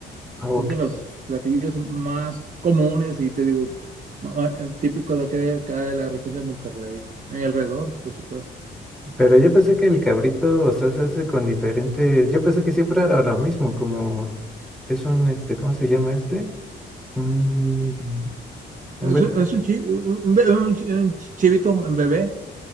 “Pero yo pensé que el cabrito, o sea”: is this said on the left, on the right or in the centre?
Centre